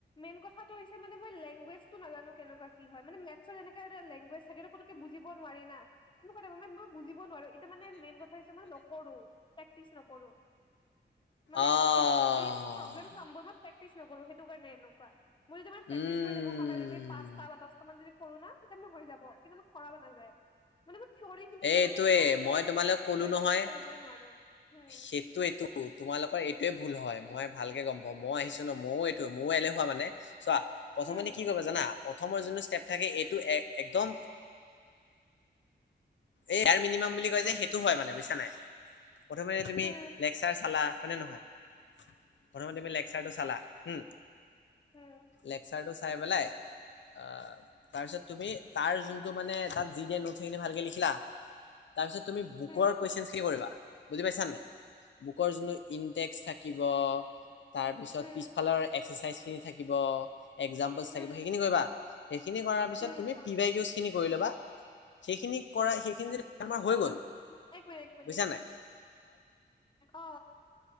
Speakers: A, on the left; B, on the left.
A: মেইন কথাটো হৈছে মানে মই লেংগুৱেজটো নাজানো কেনেকুৱা কি হয় মানে মেটছৰ যেনেকে এটা লেংগুৱেজ থাকে সেইটো পতকে বুজিব নোৱাৰি না তেনেকুৱা মই বুজিব নোৱাৰো এতিয়া মানে মেইন কথা হৈছে মই নকৰো প্ৰেক্টিচ নকৰো মানে
B: আহ
A: এই প্ৰব্লেম চমবোৰ মই প্ৰেক্টিচ নকৰোঁ সেইটো কাৰণে এনেকুৱা মই যদি মানে প্ৰেক্টিচ
B: উম
A: কৰি থাকো সদায় যদি পাঁচটা বা দহটা মান যদি কৰো না তেতিয়া মোৰ হৈ যাব কিন্তু মোৰ কৰা হোৱা নাযায় মানে মোৰ থিয়ৰি খিনিতে
B: এইটোৱে
A: মানে ইমান যায় যে
B: তোমালোক
A: মই
B: কলো
A: প্ৰেক্টিচ
B: নহয়
A: কৰিবই নোৱাৰো হোঁ
B: সেইটো এইটো তোমালোকৰ এইটোৱেই ভুল হয় মই ভালকে গম পা অ মই
A: উম,
B: আহিছো ন ময়ো এইটোৱ ময়ো এলেহোৱা মানে চোৱা প্ৰথমতে
A: উম,
B: কি কৰিব জানা প্ৰথমৰ যোনটো ষ্টেপ থাকে এইটো এক একদম এই <unintelligible> মিনিমাম বুলি কয় যে সেইটো হয় মানে বুজছা নাই। প্ৰথমে তুমি
A: উম,
B: লেকচাৰ চালা হয়নে নহয়? প্ৰথমে তুমি লেকচাৰটো চালা হম
A: উম, উম,
B: লেকচাৰটো চাই পেলাই অ তাৰ পিছত তুমি তাৰ যোনটো মানে তাত যি দিয়া নোট সেইখিনি ভালকে লিখিলা তাৰপিছত তুমি বুকৰ
A: উম,
B: কুৱেশচনছখিনি কৰিবা বুজি পাইছানাই বুকৰ যোনটো ইণ্ডেক্স থাকিব তাৰ পিছত
A: উম, উম,
B: পিছফালৰ এক্সাৰচাইজ খিনি থাকিব একজামপলচ
A: উম,
B: থাকিব সেইখিন কৰিবা সেইখিন কৰাৰ পিছ
A: উম,
B: তুমি পি ৱাই কিউ খিনি কৰি ল'বা সেইখিনি কৰাই সেইখিনি যদি বেমাৰ হৈ
A: ক'ত?
B: গল
A: এক মিনিট, এক মিনিট
B: বুজছা নাই?
A: অ